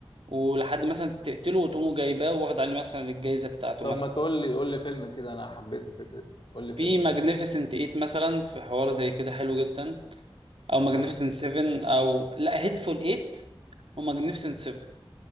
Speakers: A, on the right (about 75°); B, on the left (about 60°).
A: ولحد مثلا تقتله وتقوموا جايباه واخد عليه مثلا الجائزه بتاعته
B: طب
A: مثلا
B: ما تقول لي قول لي فيلم كده انا حبيت الفكرة دي قول لي فيلم
A: في ماجنيفيسنت
B: كده
A: ايت مثلا في حوار زي كده حلو جدا او ماجنيفيسنت
B: حلو
A: 7 او لا هيتفول 8 وماجنيفيسنت 7